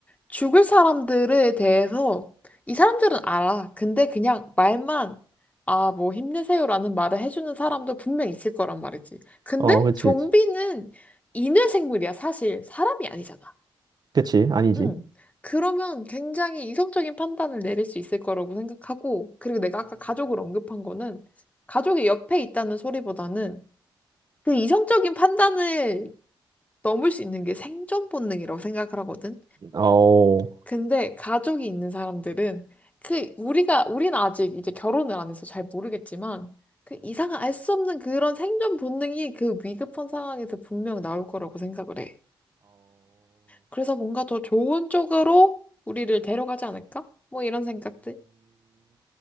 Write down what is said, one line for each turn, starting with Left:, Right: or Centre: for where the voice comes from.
Left: 죽을 사람들에 대해서 이 사람들은 알아. 근데 그냥 말만 아, 뭐 힘내세요라는 말을 해주는 사람도 분명 있을 거란 말이지. 근데
Right: <laughs> 그치
Left: 좀비는
Right: 그치
Left: 인외 생물이야, 사실. 사람이 아니잖아.
Right: 그치 아니지
Left: 응. 그러면 굉장히 이성적인 판단을 내릴 수 있을 거라고 생각하고, 그리고 내가 아까 가족을 언급한 거는 가족이 옆에 있다는 소리보다는 그 이성적인 판단을 넘을 수 있는 게 생존 본능이라고 생각을 하거든.
Right: 음어음어음
Left: 근데 가족이 있는 사람들은 그 우리가 우리는 아직 이제 결혼을 안 해서 잘 모르겠지만 그 이상한 알 수 없는 그런 생존 본능이 그 위급한 상황에서 분명 나올 거라고 생각을 해. 그래서 뭔가 더 좋은 쪽으로 우리를 데려가지 않을까? 뭐 이런 생각들.